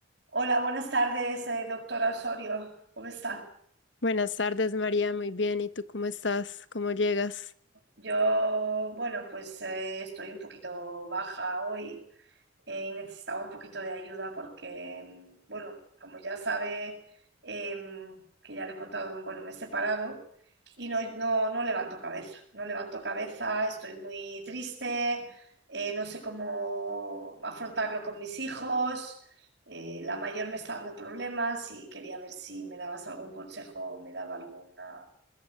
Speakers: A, on the right (about 60°); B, on the left (about 70°).
A: Hola, buenas tardes, eh, doctora Osorio. ¿Cómo está?
B: Buenas tardes, María. Muy bien. ¿Y tú cómo estás? ¿Cómo llegas?
A: Yo, bueno, pues eh, estoy un poquito baja hoy eh, y necesitaba un poquito de ayuda porque, mm, bueno, como ya sabe, em, que ya le he contado, bueno, me he separado y no, no, no levanto cabeza, no levanto cabeza, estoy muy triste, eh, no sé cómo afrontarlo con mis hijos, eh, la mayor me está dando problemas y quería ver si me dabas algún consejo, me daba alguna,